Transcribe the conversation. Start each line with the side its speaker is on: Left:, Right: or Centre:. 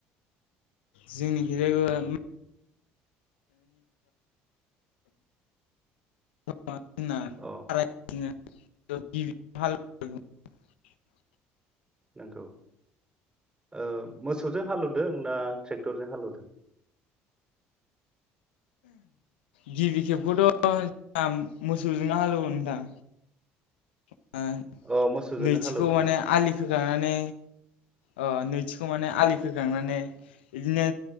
Left: जोंनि <unintelligible> <unintelligible>
Right: अ
Left: <unintelligible>
Right: नंगौ ओ मोसौजों हालौवदों ना ट्रेक्टरजों हालेवदों?
Left: गिबि खेबखौथ' <unintelligible> मोसौजोंनो हालेवो नोंथां। <unintelligible>
Right: अ मोसौजोंनो
Left: नैथिखौ
Right: हालौगोन
Left: माने
Right: ना
Left: आलि खोखांनानै। ओ नैथिखौ माने आलि खोखांनानै इदिनो